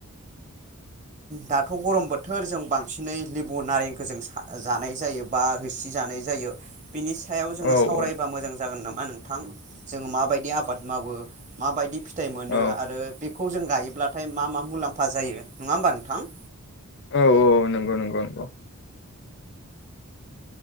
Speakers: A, on the right; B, on the left.
A: दाथ गरम बोथोर जों बांसिनै लेबु नारेंखौ जों जानाय जायो बा रोसि जानाय जायो बिनि सायाव जोङो
B: औ
A: सावरायबा
B: औ
A: मोजां जागोन नामा? मा नोंथां जोङो माबायदि आबाद मावो माबायदि फि फिथाइ मोनो
B: औ
A: आरो बेखौ खौ जों गायोब्लाथाय मा मा मुलाम्फा जायो नङा होमबा नोंथां?
B: औ औ नंग नंगौ नंगौ